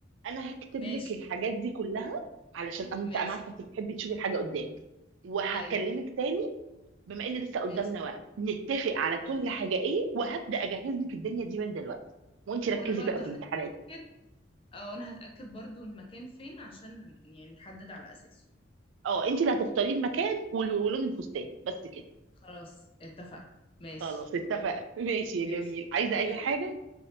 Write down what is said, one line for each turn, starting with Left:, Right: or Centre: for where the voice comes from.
Right: انا هكتب
Left: ماشي
Right: لك الحاجات دي كلها علشان أنا- انت
Left: ماشي
Right: انا عارفه انت بتحبي تشوفي الحاجه قدامك وهكلمك
Left: ايوه
Right: تاني بما ان لسه قدامنا
Left: ماشي
Right: وقت نتفق على
Left: خلاص
Right: كل حاجه ايه وهبدا اجهز لك الدنيا دي من دلوقتي وانت ركزي
Left: وانا برضو
Right: بقى في
Left: هتأكد
Right: الامتحانات
Left: اه وانا هتأكد برضو المكان فين عشان يعني نحدد على اساسه
Right: اه انت اللي هتختاري المكان وال- ولون الفستان بس كده
Left: خلاص اتفقنا ماشي
Right: خلاص اتفقنا <laughs> ماشي يا جميل
Left: ماشي
Right: عايزه
Left: يلا
Right: اي حاجه